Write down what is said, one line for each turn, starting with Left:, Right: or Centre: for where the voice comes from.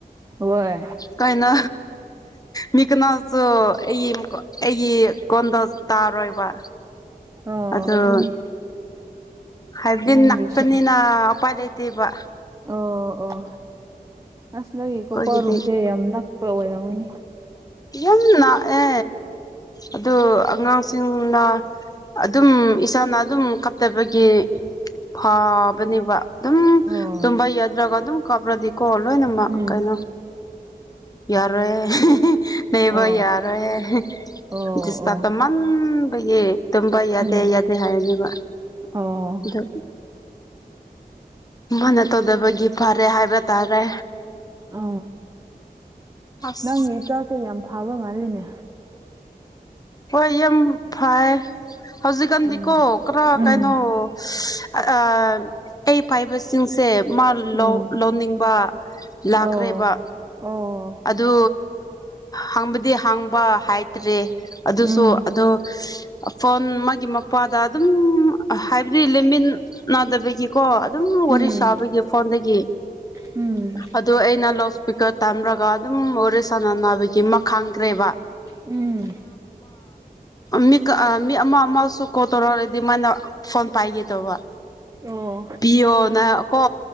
Right: ꯍꯣꯏ
Left: ꯀꯥꯏꯩꯅ ꯃꯤꯀꯅꯥꯁꯨ ꯑꯩꯒꯤ ꯑꯩꯒꯤ ꯀꯣꯟꯗ ꯇꯥꯔꯣꯏꯕ
Right: ꯑꯣ
Left: ꯑꯗꯣ
Right: ꯑꯗꯨꯅꯤ
Left: ꯍꯥꯏꯕꯗꯤ
Right: ꯅꯪꯒꯤꯁꯦ
Left: ꯅꯛꯄꯅꯤꯅ ꯎꯄꯥꯏ ꯂꯩꯇꯦꯕ
Right: ꯑꯣ ꯑꯣ ꯑꯁ ꯅꯣꯏꯒꯤ
Left: ꯑꯩꯈꯣꯏꯒꯤꯗꯤ
Right: ꯀꯣꯄꯔꯨꯝꯁꯦ ꯌꯥꯝ ꯅꯛꯄ ꯑꯣꯏꯔꯝꯒꯅꯤ
Left: ꯌꯥꯝ ꯂꯥꯛꯑꯦ ꯑꯗꯨ ꯑꯉꯥꯡꯁꯤꯡꯅ ꯑꯗꯨꯝ ꯏꯁꯥꯅ ꯑꯗꯨꯝ ꯀꯞꯇꯕꯒꯤ ꯐꯥꯕꯅꯦꯕ ꯑꯗꯨꯝ
Right: ꯑꯣ
Left: ꯇꯨꯝꯕ ꯌꯥꯗ꯭ꯔꯒ ꯑꯗꯨ ꯀꯞꯔꯗꯤ ꯀꯣ ꯂꯣꯏꯅꯃꯛ
Right: ꯎꯝ
Left: ꯀꯩꯅꯣ ꯌꯥꯔꯣꯏꯍꯦ ꯂꯩꯕ
Right: ꯑꯣ
Left: ꯌꯥꯔꫭꯏꯍꯦ
Right: ꯑꯣ
Left: ꯗꯤꯁꯇꯞ
Right: ꯑꯣ
Left: ꯇꯧꯃꯟꯕꯒꯤ ꯇꯨꯝꯕ ꯌꯥꯗꯦ
Right: ꯎꯝ
Left: ꯌꯥꯗꯦ ꯍꯥꯏꯔꯅꯦꯕ
Right: ꯑꯣ
Left: ꯑꯗꯨ ꯃꯥꯅ ꯇꯧꯗꯕꯒꯤ ꯐꯔꯦ ꯍꯥꯏꯕ ꯇꯥꯔꯦ
Right: ꯑ
Left: ꯑꯁ
Right: ꯅꯪꯒꯤ ꯏꯆꯥꯁꯦ ꯌꯥꯝ ꯐꯕ ꯃꯥꯜꯂꯤꯅꯦ
Left: ꯍꯣꯏ ꯌꯨꯝ ꯐꯩꯌꯦ ꯍꯧꯖꯤꯛꯀꯥꯟꯗꯤꯀꯣ
Right: ꯎꯝ
Left: ꯈꯔ
Right: ꯎꯝ
Left: ꯀꯩꯅꯣ ꯑ ꯑꯩ ꯄꯥꯏꯕꯁꯤꯡꯁꯦ ꯃꯥ ꯂꯧ
Right: ꯎꯝ
Left: ꯂꯧꯅꯤꯡꯕ ꯂꯥꯛꯈ꯭ꯔꯦꯕ
Right: ꯑꯣ ꯑꯣ
Left: ꯑꯗꯨ ꯍꯥꯡꯕꯗꯤ ꯍꯥꯡꯕ ꯍꯥꯏꯇ꯭ꯔꯦ ꯑꯗꯨꯗꯁꯨꯣ
Right: ꯎꯝ
Left: ꯑꯗꯣ ꯐꯣꯟ ꯃꯥ ꯃꯄꯥꯗ ꯑꯗꯨꯝ ꯍꯥꯏꯕꯗꯤ ꯂꯩꯃꯤꯟꯅꯗꯕꯒꯤ ꯀꯣ ꯑꯗꯨꯝ ꯋꯥꯔꯤ
Right: ꯎꯝ
Left: ꯁꯥꯕꯒꯤ ꯐꯣꯟꯗꯒꯤ
Right: ꯎꯝ
Left: ꯑꯗꯨ ꯑꯩꯅ ꯂꯥꯎꯠ ꯏꯁꯄꯤꯀꯔ ꯇꯝꯔꯒ ꯑꯗꯨꯝ ꯋꯥꯔꯤꯦ ꯁꯥꯟꯅꯅꯕꯒꯤ ꯑꯃ ꯈꯥꯡꯈ꯭ꯔꯦꯕ
Right: ꯎꯝ
Left: ꯃꯤ ꯃꯤ ꯑꯃ ꯑꯃꯁꯨ ꯀꯣꯠꯇꯧꯔꯔꯗꯤ ꯃꯥꯅ ꯐꯣꯟ ꯄꯥꯏꯒꯦ ꯇꯧꯕ
Right: ꯑꯣ
Left: ꯄꯤꯌꯣꯅ ꯀꯣ